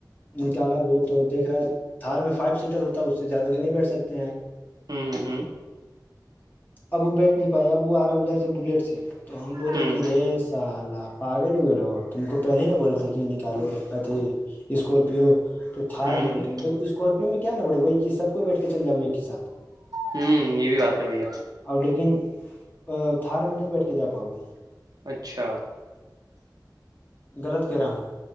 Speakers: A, on the left; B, on the right.
A: نکالا بہت تو دیکھ رہا ہے تھار میں فائیو سیٹر ہوتا ہے اس سے زیادہ نہیں بیٹھ سکتے ہیں آپ
B: ہوں ہوں ہوں
A: ابو بیٹھ نہیں پاائے اب وہ آ رہا ہے ادھر سے بلیٹ سے تو ہم بولے
B: ہوں
A: کہ ریس ال پاگل اگل ہو تم کو پہلے ہی نہ بولے تھے کہ نکالو اتیھی اسکورپیو تو تھار
B: ہوں
A: میں
B: ہوں
A: بیٹھیں گے ل اسکارپیو میں کیا نہ بڑے گ ب سب کو ب بیٹھ چ جا ہے ایک ہی سھ
B: ہوں یہ بھی بات ہے بھ آپ
A: اور لیکن تھار میں نہیں بیٹھ کے جا پاؤ گے
B: اچھا
A: غلط کہہ رہا ہوں